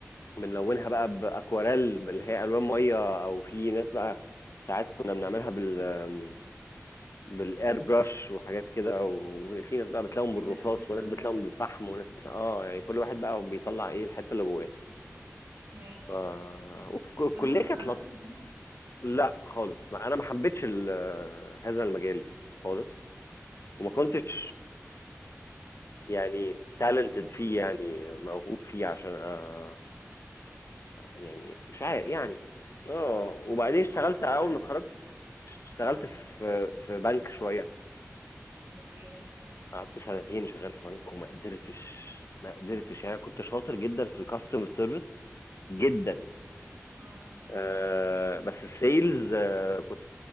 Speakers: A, on the left; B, on the right.
A: بنلونها بقى بأكواريل اللي هي ألوان مية أو في ناس بقى ساعات كنا بنعملها بال بالاير برش وحاجات كده وفي ناس بقى بتلاقيهم
B: ايه
A: بالرصاص
B: ده لذيذ
A: وناس
B: قوي
A: بتلاقيهم
B: ده
A: بالفحم وناس بتلاقي اه يعني كل واحد بقى بيطلع ايه الحته اللي جواه
B: ماشي
A: ف والكليه
B: فانت ما اشتغلتش
A: كانت لط...
B: بيها
A: لا خالص ما انا ما حبيتش ال... هذا المجال خالص وما
B: امم
A: كنتش يعني تالنتد فيه يعني موهوب فيه عشان أ... يعني مش عارف
B: فهمت
A: يعني اه وبعدين اشتغلت
B: فعملت
A: اول ما اتخرجت
B: بيها
A: اشتغلت
B: اه
A: في في بنك شويه
B: اوكي
A: قعدت سنتين شغال في بنك وما قدرتش ما قدرتش يعني كنت شاطر جدا في الكاستمر سيرفيس جدا
B: امم
A: آه بس السيلز آه كنت